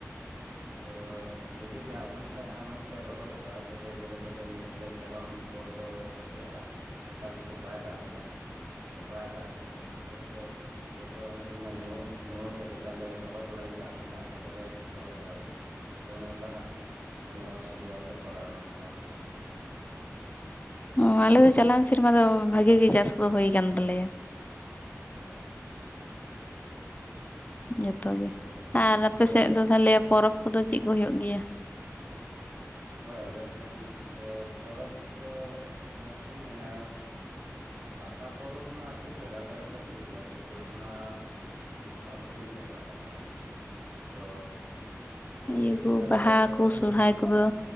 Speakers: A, on the right; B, on the left.
A: ᱟᱫᱚ ᱡᱩᱫᱤ ᱫᱟᱜ ᱟᱵᱚᱱ ᱠᱷᱟᱡ ᱢᱚᱸᱡᱽ ᱛᱮ ᱨᱚᱦᱚᱭᱚᱜᱼᱟ ᱛᱚᱵᱮ ᱡᱮᱞᱮᱠᱟ ᱵᱮᱱ ᱢᱮᱱᱠᱮᱜᱼᱟ ᱪᱟᱞᱟᱣᱮᱱ ᱵᱚᱪᱷᱚᱨ ᱫᱚ ᱯᱟᱥᱮᱡ ᱦᱟᱸᱜ ᱮᱠᱟᱞ ᱛᱮᱜᱮ ᱵᱟᱭ ᱫᱟᱜ ᱞᱮᱫᱟᱹ᱾ ᱛᱚ ᱵᱟᱭ ᱫᱟᱜ ᱞᱮᱫ ᱠᱷᱟᱹᱛᱤᱨ ᱛᱮ ᱦᱚᱭᱛᱚ ᱚᱱᱮ ᱠᱚ ᱢᱮᱱᱟ ᱱᱟᱹ ᱱᱟᱹᱢᱟᱹᱭᱚᱜ ᱞᱮᱠ ᱚᱱᱠᱟᱞᱮ ᱨᱚᱦᱚᱭ ᱵᱟᱲᱟ ᱠᱮᱫᱟ ᱟᱫᱚᱢᱟᱜ ᱫᱚ ᱵᱟᱞᱮ ᱨᱚᱦᱚᱭ ᱫᱟᱲᱮᱭᱫᱟ ᱛᱚ ᱚᱱᱮᱚᱝᱠᱟ ᱦᱟᱸᱜ ᱢᱟᱱᱮ ᱚᱥᱩᱵᱤᱫᱷᱟ ᱨᱮᱞᱮ ᱯᱟᱲᱟᱣᱱᱟ ᱪᱟᱞᱚᱱ ᱵᱪᱷᱚᱨ ᱫᱚ᱾
B: ᱚ ᱟᱞᱮ ᱫᱚ ᱪᱟᱞᱟᱣ ᱥᱮᱨᱢᱟ ᱫᱚ ᱵᱷᱟᱜᱮ ᱜᱮ ᱪᱟᱥ ᱠᱚ ᱦᱳᱭ ᱠᱟᱱ ᱛᱟᱞᱮᱭᱟᱹ ᱾
A: ᱦᱳᱭ
B: ᱡᱚᱛᱚ ᱜᱮ
A: ᱛᱚᱵᱮ
B: ᱟᱨ ᱟᱯᱮᱥᱮᱫ
A: ᱦᱳᱭ
B: ᱫᱚ ᱛᱟᱦᱞᱮ ᱯᱚᱨᱚᱵᱽ ᱠᱚᱫᱚ ᱪᱮᱫ ᱠᱚ ᱦᱳᱭᱳᱜ ᱜᱮᱭᱟ? <inaudible>
A: ᱦᱳᱭ ᱟᱞᱮᱥᱱ ᱫᱚ ᱯᱚᱨᱚᱵᱽ ᱫᱚ ᱚᱱᱮ ᱠᱚ ᱢᱮᱱᱟ ᱯᱟᱛᱟ ᱯᱚᱨᱚᱵᱽ ᱢᱟ ᱮᱱᱛᱮᱫ ᱡᱟᱭᱜᱟ ᱡᱟᱭᱜᱟ ᱛᱮ ᱦᱳᱭᱳᱜ ᱜᱮᱭᱟ ᱛᱚᱵᱮ ᱚᱱᱟ ᱫᱚ ᱵᱟᱹᱞᱤᱧ ᱥᱟᱵ ᱵᱟᱲᱟᱜ ᱠᱟᱱᱟ ᱛᱚ ᱠᱷᱩᱵ
B: ᱤᱭᱟᱹ
A: ᱡᱟᱹᱥᱛᱤ
B: ᱠᱚ
A: ᱟᱞᱮ
B: ᱵᱟᱦᱟ
A: ᱥᱮᱫ
B: ᱠᱚ
A: ᱤᱭᱟᱹ
B: ᱥᱚᱨᱦᱟᱭ
A: ᱦᱩᱭᱩᱜ ᱛᱟᱦᱮᱱᱟ᱾
B: ᱠᱚᱫᱚ